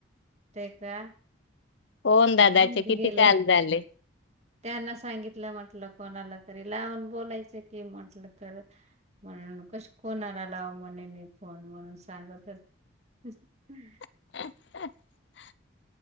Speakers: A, on the right (about 35°); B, on the left (about 65°).
A: ते का
B: पवन दादाचे
A: बाहिर
B: किती
A: गेले
B: काल झाले?
A: त्यांना सांगितलं म्हटलं कोणाला तरी लावून बोलायचं कि म्हटलं तर म्हणून कस कोणाला लाव म्हणे मी फोन म्हणून सांगत. <inaudible>
B: <inaudible>